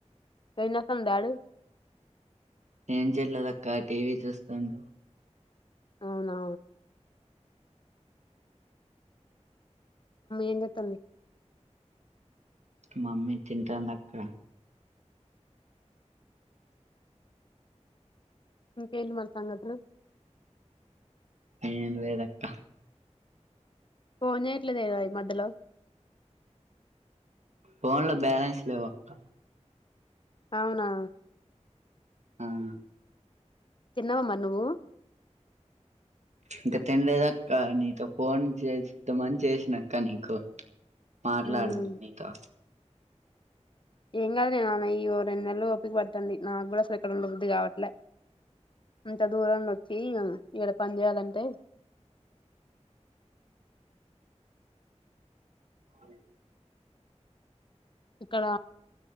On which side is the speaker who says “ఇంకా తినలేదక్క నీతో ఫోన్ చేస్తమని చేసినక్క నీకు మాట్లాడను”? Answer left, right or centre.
Right